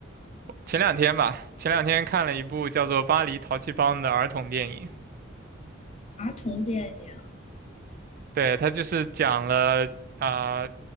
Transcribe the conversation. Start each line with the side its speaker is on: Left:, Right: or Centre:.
Right: 前两天吧，前两天看了一部叫做《巴黎淘气帮》的儿童电影。
Left: 儿童电影
Right: 对，他就是讲了啊、